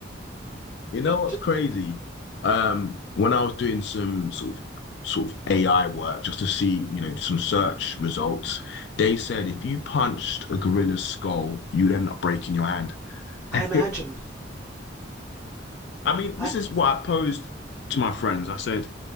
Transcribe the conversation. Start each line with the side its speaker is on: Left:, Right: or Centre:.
Left: You know what's
Centre: J-
Left: crazy? Um, when I was doing some sort of sort of AI work just to see, you know, some search results, they said if you punched a gorilla's skull, you'd end up breaking your hand. <laughs>
Centre: i
Left: I
Centre: imagine
Left: mean, this
Centre: i
Left: is what I posed to my friends. I said,